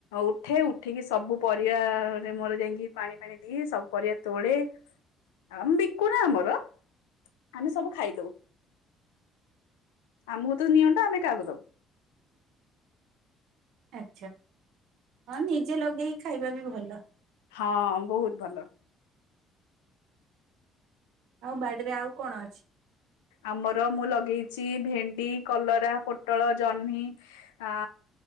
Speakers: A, on the left (about 75°); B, on the right (about 65°).
A: ଉଠେ ଉଠିକି ସବୁ ପରିବାରେ ମୋର ଯାଇକି ପାଣି-ପାଣି ଦିଏ ସବୁ ପରିବା ତୋଳେ ଆ ବିକୁନା ଆମର। ଆମେ ସବୁ ଖାଇଦଉ। ଆମୁକୁ ତ ନିଅଣ୍ଟ ଆମେ କାହାକୁ ଦବୁ।
B: ଆଚ୍ଛା ହଁ ନିଜେ ଲଗେଇକି ଖାଇବା ବି ଭଲ।
A: ହଁ ବହୁତ୍ ଭଲ।
B: ଆଉ ବାଡିରେ ଆଉ କଣ ଅଛି?
A: ଆମର ମୁଁ ଲଗେଇଛି ଭେଣ୍ଡି, କଲରା, ପୋଟଳ, ଜହ୍ନି ଆ